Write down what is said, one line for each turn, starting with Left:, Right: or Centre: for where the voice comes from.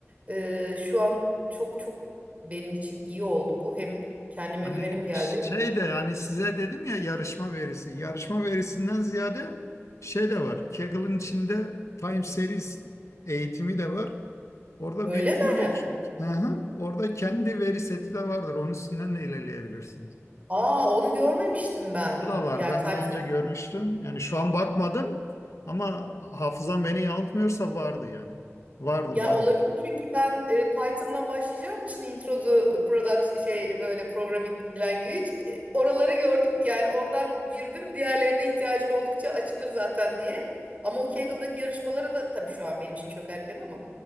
Right: Ee, şu an çok çok benim için iyi oldu bu. Hem kendime
Left: Hani
Right: güvenim geldi.
Left: şey de yani size dedim ya yarışma verisi. Yarışma verisinden ziyade şey de var. Kaggle'ın içinde Time Series eğitimi de var. Orada
Right: Öyle
Left: büyük ihtimalle
Right: mi?
Left: ki- hı hı, orada kendi veri seti de vardır. Onun üstünden de ilerleyebilirsiniz.
Right: Aa onu görmemiştim ben.
Left: O da var.
Right: Yani
Left: Ben
Right: ters.
Left: daha önce görmüştüm. Yani şu an bakmadım ama hafızam beni yanıltmıyorsa vardı yani. Vardı,
Right: Ya
Left: vardı.
Right: olabilir çünkü ben e, Python'dan başlayacağım için intro to product şey böyle programming language e, oraları gördüm. Yani oradan girdim. Diğerlerine ihtiyacım oldukça açılır zaten diye. Ama o Kaggle'daki yarışmalara da tabii şu an benim için çok erken ama